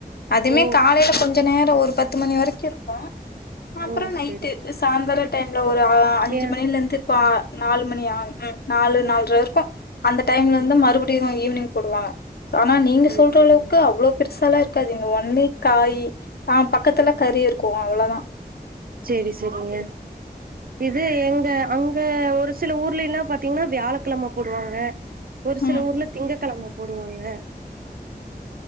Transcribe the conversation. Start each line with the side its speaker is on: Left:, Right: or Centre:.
Left: அதுமே
Right: ஓ
Left: காலைல கொஞ்சோ நேர ஒரு பத்து மணி வரைக்கு இருக்கு அப்பற
Right: ஓ
Left: நைட்டு
Right: செரி செரி
Left: சாயந்தர டைம்ல ஒரு அஞ்சு
Right: ஏ
Left: மணிலருந்து இப்போ நாலு மணியா ம் நாலு நாலர இரு க்கு அந்த டைம்ல இருந்து
Right: ம்
Left: மறுபடியு ஈவினிங் போடுவாங்க ஆனா நீங்க
Right: செரி
Left: சொல்ற
Right: செரிங்க
Left: அளவுக்கு அவ்ளோ பெருசாலா இருக் இருக்காதீங்க ஒன்லி காய் ஆ பக்கத்துல கறி இருக்கு அவ்ளோதா
Right: செரி செரிங்க இது எங்க அங்க ஒரு சில ஊர்லல்லா பாத்தீங்கனா வியாழக்கிழம போடுவாங்க ஒரு சில
Left: ம்
Right: ஊர்ல திங்க கிழம போடுவாங்க